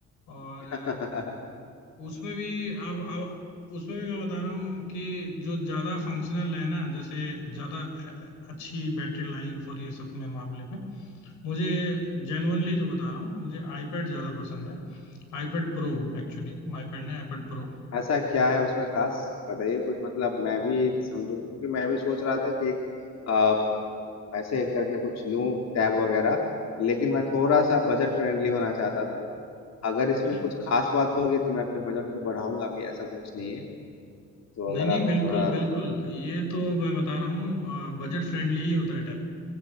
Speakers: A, on the left (about 90°); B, on the left (about 60°).
A: और
B: <laughs>
A: अ, उसमें भी अब अब उसमें भी मैं बता रहा हूँ कि जो ज़्यादा फंक्शनल है ना जैसे ज़्यादा अ- अच्छी बैटरी लाइफ और ये सब में मामले में मुझे जेनुअनली जो बता रहा हूँ मुझे आईपैड ज़्यादा पसंद है IPad pro एक्चुअली आईपैड नहीं आईपैड प्रो
B: ऐसा क्या है उसमें खास बताइए कुछ मतलब मैं भी समझू क्योंकि मैं भी सोच रहा था कि एक आ, ऐसे करके कुछ लूं टैब वगैरह लेकिन मैं थोड़ा सा बजट फ्रेंडली होना चाहता था अगर इसमें
A: अरे
B: कुछ खास बात होगी तो मैं अपने बजट को बढ़ाऊंगा भी ऐसा कुछ नहीं है तो
A: नहीं
B: अगर
A: नहीं
B: आप
A: बिल्कुल
B: थोड़ा
A: बिल्कुल ये तो मैं बता रहा हूँ बजट फ्रेंडली ही होता है